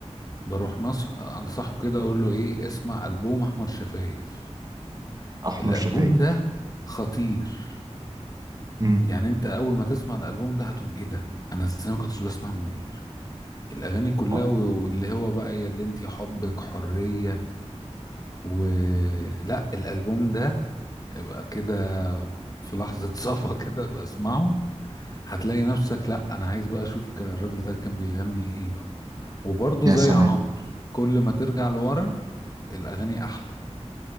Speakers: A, on the left; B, on the right.
A: بروح نصح انصحه كده اقول له ايه اسمع البوم احمد شفايف
B: أحمر
A: الالبوم
B: شفايف
A: ده خطير
B: أمم.
A: يعني انت اول ما تسمع الالبوم ده هتقول ايه ده انا ازاي ما كنتش بسمع منير الاغاني كلها
B: آه،
A: و- واللي هو بقى يا اللي انت حبك حرية ولا الالبوم ده يبقى كده في لحظة <laughs> صفا كده بسمعه هتلاقي نفسك لا انا عايز بقى اشوف كان الراجل ده كان بيغني ايه بقى وبرضه
B: يا
A: زي
B: سلام
A: عمرو كل ما ترجع لورا الاغاني احلى